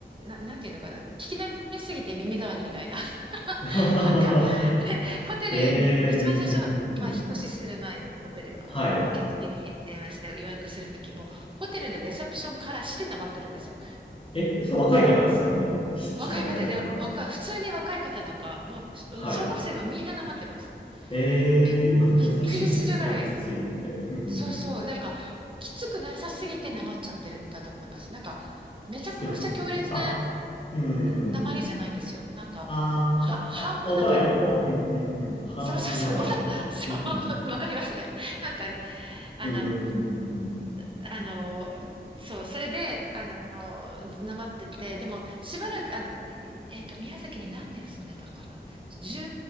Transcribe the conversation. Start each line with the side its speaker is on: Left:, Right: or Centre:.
Right: な、なんていうのかな、聞き慣れすぎて耳障りみたいな。<laughs>
Left: <laughs>
Right: なんか、で、ホテルに、
Left: え
Right: 一番最初、
Left: えー、うん、うん、うん、うん。
Right: まあ、引っ越しする前に、ホテルの受付に電話して予約するときも、
Left: はい。
Right: ホテルのレセプションからしてなまってるんですよ。
Left: え、それ若い方ですよね、でも。一緒にやるぐらいだから。
Right: 若い方で、若い、普通に若い方とか、もう、
Left: はい。
Right: し小学生がみんななまってます。
Left: えー、
Right: びっ、
Left: 今時珍しいですね、
Right: びっくりするぐらい、
Left: そこまできついのって。うんうん。
Right: そうそう、なんか、きつくなさすぎてなまっちゃってるんだと思います。なんか、めちゃくちゃ強烈な
Left: きつくなさすぎて。あ、う
Right: なまりじゃないんですよ。
Left: ん。
Right: なんか、
Left: あー、
Right: は、
Left: あ、
Right: 半音なまり。
Left: あお互い一本。うんうんうん。半音なまり。
Right: そうそうそう、おな、<laughs> そう、
Left: うんうん。
Right: わかります。なんかね、あの、
Left: うんうんうんうんうん。
Right: あ、あの、そう、それで、あの、なまってて、でも、しばらく、あの、いえっと、宮崎に何年住んでたかな。じゅ